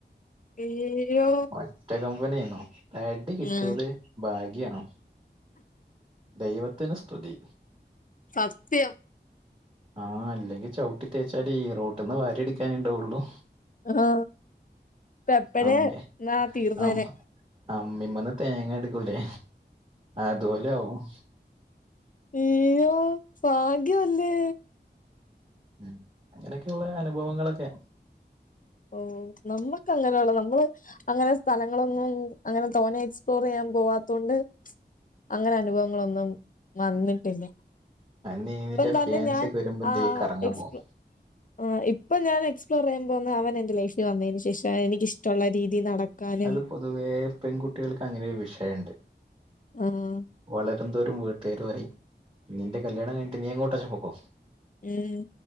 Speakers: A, on the left (about 45°); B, on the right (about 25°).
A: അയ്യോ
B: ണത് ഒറ്റ കൊമ്പനയ്നു പാടി കിട്ടിയത്
A: ഉം
B: ഭാഗ്യാണോ ദൈവത്തിന് സ്തുതി
A: സത്യം
B: ആഹ അല്ലെങ്കിൽ ചവിട്ടി തേച്ചാലയ് റോട്ടില് ന്ന് വാരിയെടുക്കാനേ ണ്ടാവൊള്ളു
A: ആഹ പ്പ പ്പനെ
B: അമ്മ
A: എന്നാ തീർന്നെനെ
B: അമ്മ അമ്മിമ്മന്ന് തേങ്ങ എടുക്കൂല്ലേ അതുപോലാകും
A: ഇയ്യോ ഭാഗ്യ ല്ലേ
B: ഉം അങ്ങനെയൊക്കെയുള്ള അനുഭവങ്ങളൊക്കെ
A: ഓ നമ്മുക്ക് അങ്ങനെണ് നമ്മള് അങ്ങനെ സ്ഥലങ്ങളൊന്നും അങ്ങനെ തോന്നെ എക്സ്പ്ലോറെയ്യാൻ പോവാത്തൊണ്ട് അങ്ങനെ അനുഭവങ്ങളൊന്നും വന്നിട്ടില്ല
B: അത് നീ നിന്റെ
A: പ്പതന്നെ
B: ഫിയാൻസി
A: ഞാൻ
B: ഒക്കെ വരുമ്പോ എന്ത്
A: ആ
B: ചെയ്യും കറങ്ങാൻ
A: എക്സ്പ
B: പോവും
A: ആ ഇപ്പൊ ഞാൻ എക്സ്പ്ലോർ ചെയ്യബോവുന്നെ അവൻ എന്റെറെ ലൈഫിൽ വന്നെന് ശേഷ എനിക്കിഷ്ടള്ള രീതി നടക്കാനും
B: അത് പൊതുവേ പെൺകുട്ടികൾക്ക് അങ്ങനെ ഒരു വിഷയണ്ട്
A: ആഹ
B: വളരുന്തോറും വീട്ടാര് പറയും നീന്റെ കല്യാണം കഴിഞ്ഞട്ട് നീ എങ്ങോട്ടാച്ചാ പോക്കോ
A: ഉം